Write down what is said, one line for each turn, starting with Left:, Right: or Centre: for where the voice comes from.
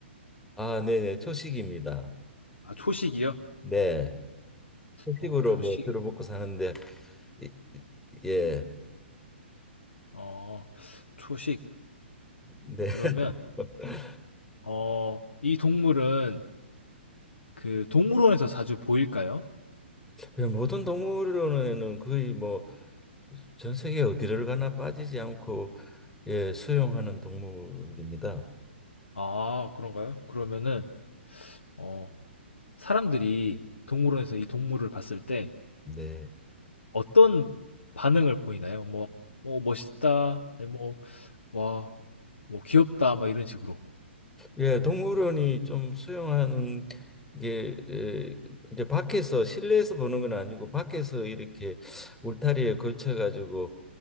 Centre: 아, 네, 네. 초식입니다.
Left: 아, 초식이요?
Centre: 네. 채식으로
Left: 어, 초식.
Centre: 뭐 주로 먹고 사는데 이- 이- 예,
Left: 어, 초식.
Centre: 네.
Left: 그러면
Centre: <laughs>
Left: 어, 이 동물은 그 동물원에서 자주 보일까요?
Centre: 예, 모든 동물원에는 거의 뭐 전 세계 어디를 가나 빠지지 않고 예, 수용하는 동물입니다.
Left: 아, 그런가요? 그러면은 어, 사람들이 동물원에서 이 동물을 봤을 때
Centre: 네.
Left: 어떤 반응을 보이나요? 뭐, 뭐 멋있다, 아니 뭐, 와, 뭐 귀엽다, 막 이런 식으로.
Centre: 예, 동물원이 좀 수용하는 게 예, 이제 밖에서 실내에서 보는 건 아니고 밖에서 이렇게 울타리에 걸쳐 가지고